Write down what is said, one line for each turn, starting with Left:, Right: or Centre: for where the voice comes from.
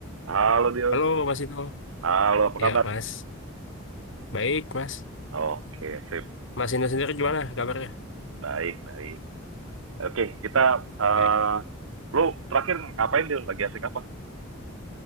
Right: Halo Dio.
Left: Halo Mas Inu.
Right: Halo, apa
Left: Ya
Right: kabar?
Left: Mas. Baik Mas.
Right: Oke, sip.
Left: Mas Inu sendiri gimana kabarnya?
Right: Baik, baik. Oke, kita eh
Left: Baik lah.
Right: lu terakhir ngapain Dio? Lagi asik apa?